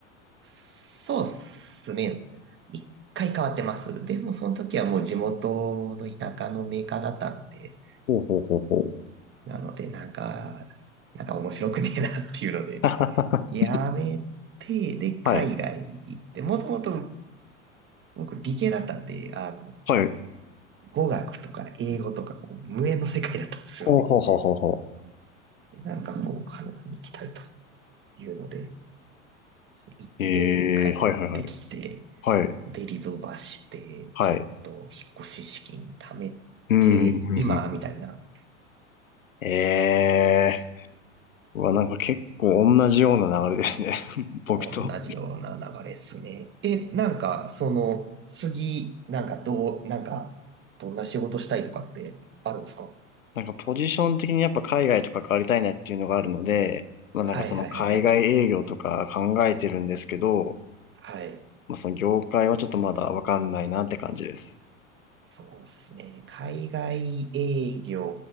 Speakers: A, on the right; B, on the left.
A: そうっすね。一回変わってます。でもその時はもう地元の田舎のメーカーだったんで、
B: ほうほうほうほう。
A: なのでなんか、なんか面白くねえなっていうので、
B: <laughs>
A: やめて、で、
B: はい。
A: 海外行って、もともと僕理系だったんで、あの、
B: はい。
A: 語学とか英語とかこう無縁の世界だったんですよね。
B: ほうほうほうほうほ
A: なんかこう、カナダに行きたいというので、行って帰ってきて、
B: うええー、はいはいはい。はい。
A: で、リゾバして、
B: はい。
A: ちょっと引っ越し資金貯めて、
B: うん、うん、うん。
A: 今、
B: うん
A: みたいな、
B: ええー。うわ、なんか結構同じような流れですね。<laughs> 僕と。
A: 同じような流れっすね。え、なんか、その、次、なんか、どう、なんか、どんな仕事したいとかってあるんですか
B: なんかポジション的にやっぱ海外とか変わりたいなっていうのがあるので、まあなんかその海外営業とか考えてるんですけど、
A: はいはいはいはい。はい。
B: まあ、その業界はちょっとまだわかんないなって感じです。
A: そうですね。海外営業、